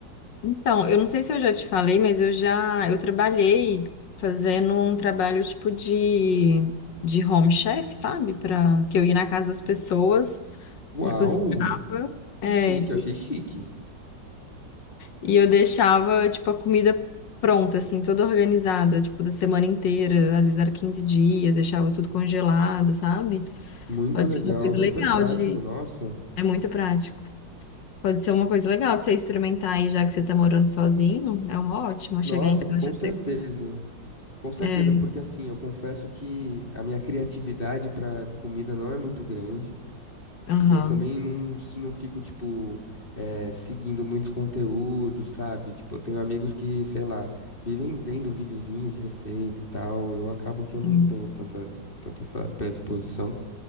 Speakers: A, on the left; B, on the left.
A: Então, eu não sei se eu já te falei, mas eu já eu trabalhei fazendo um trabalho tipo de, de home chef, sabe? Para que eu ia na casa das pessoas
B: Uau!
A: e cozinhava. É,
B: Que chique, eu achei chique.
A: E eu deixava, tipo, a comida pronta, assim, toda organizada, tipo, da semana inteira, às vezes era 15 dias, deixava tudo congelado, sabe?
B: Muito
A: Pode
B: legal,
A: ser uma coisa
B: super
A: legal
B: prático,
A: de.
B: nossa.
A: É muito prático. Pode ser uma coisa legal de você experimentar aí, já que você tá morando sozinho. É uma ótima
B: Nossa,
A: chegar em casa.
B: com
A: e
B: certeza.
A: ter-
B: Com certeza,
A: É,
B: porque assim, eu confesso que a minha criatividade para comida não é muito grande.
A: aham.
B: E eu também não, s- não fico, tipo, eh, seguindo muitos conteúdos, sabe? Tipo, eu tenho amigos que, sei lá, vivem vendo videozinho de receita e tal. Eu acabo que eu não
A: Sim.
B: tenho tanta, tanta essa predisposição.